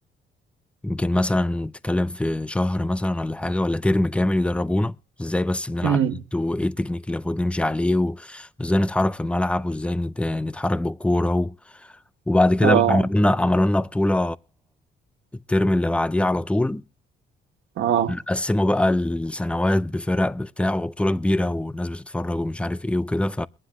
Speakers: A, in the centre; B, on the right.
A: يمكن مثلا تتكلم في شهر مثلا ولا حاجة ولا ترم كامل يدربونا ازاي بس بنلعب
B: امم
A: يد وايه التكنيك اللي المفروض نمشي عليه و- وازاي نتحرك في الملعب وازاي نت- نتحرك بالكورة و... وبعد كده
B: اه
A: بقى عملوا لنا عملوا لنا بطولة الترم اللي بعديه على طول
B: اه
A: قسموا بقى السنوات بفرق بتاع وبطولة كبيرة والناس بتتفرج ومش عارف ايه وكده ف